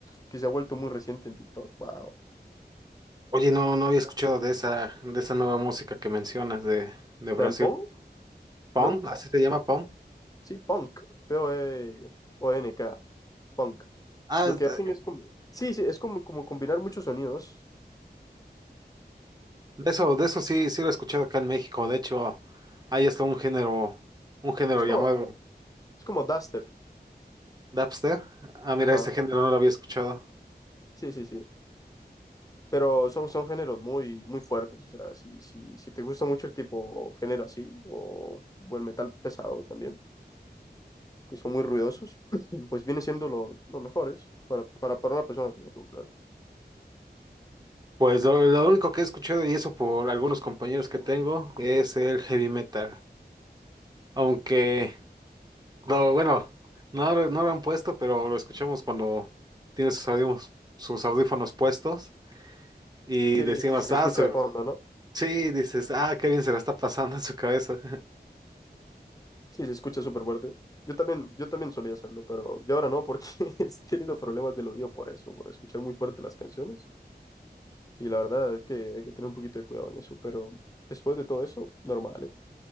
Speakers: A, on the left; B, on the right.
A: que se ha vuelto muy reciente en TikTok, wow.
B: Oye, no, no había escuchado de esa, de esa nueva música que mencionas de, de Brasil.
A: La del Pong,
B: Pong,
A: ¿no?
B: así se llama Pong.
A: Sí, punk, P-O-N-K, punk.
B: Ah,
A: Lo
B: es
A: que
B: de,
A: hacen es como, sí, sí, es como, como combinar muchos sonidos.
B: de eso, de eso sí, sí lo he escuchado acá en México. De hecho, ahí está un género, un género
A: Es como,
B: llamado
A: es como dubstep,
B: Dapster. Ah, mira,
A: ajá,
B: ese género no lo había escuchado.
A: sí, sí, sí. Pero son, son géneros muy, muy fuertes, o sea, si, si, si te gusta mucho el tipo género así, o, o el metal pesado también, que son muy ruidosos, <clears throat> <laughs> pues viene siendo los, los mejores para, para, para una persona como tú, claro.
B: Pues lo, lo único que he escuchado, y eso por algunos compañeros que tengo, es el heavy metal. Aunque, no, bueno, no, lo- no lo han puesto, pero lo escuchamos cuando tiene sus audífonos, sus audífonos puestos y
A: Sí,
B: decimos,
A: sí, se
B: ah,
A: escucha
B: su-
A: de fondo, ¿no?
B: sí, dices, ah, qué bien se la está pasando en su cabeza. <laughs>
A: Sí, se escucha súper fuerte. Yo también, yo también solía hacerlo, pero yo ahora no, porque <laughs> he tenido problemas del oído por eso, por escuchar muy fuerte las canciones. Y la verdad es que hay que tener un poquito de cuidado en eso, pero después de todo eso, normal, ¿eh?